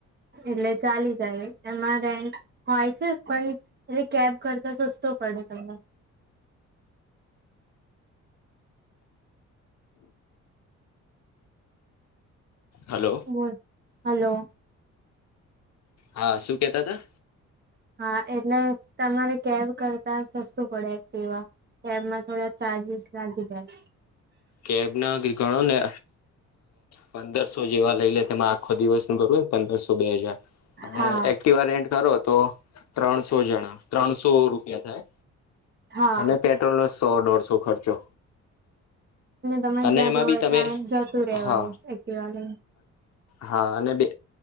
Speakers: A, on the right (about 35°); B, on the left (about 60°).
A: એટલે ચાલી જાય એમાં રેન્ટ હોય છે પણ એટલે કેબ કરતા સસ્તો પડે તમને.
B: હલો
A: બોલ. હલો!
B: હા શું કેતા હતા.
A: હા એટલે તમારે કેબ કરતા સસ્તું પડે એકટીવા કેબમાં થોડા ચાર્જેસ લાગી જાય.
B: કેબ ના ગણો ને પંદરસો જેવા લઈ લે તેમાં આખો દિવસ નું ઘણું પંદરસો બે હજાર
A: હા
B: એક્ટવા કરો તો ત્રણસો જણા, ત્રણસો રૂપિયા થાય.
A: હા
B: અને પેટ્રોલ નો સો દોઢસો ખર્ચો
A: તમે
B: અને
A: જ્યાં
B: એમાં
A: જવું
B: બી
A: હોય
B: તમે
A: ત્યાં જતું રેવાય
B: હા
A: એક્ટિવા લઈને
B: હા અને બે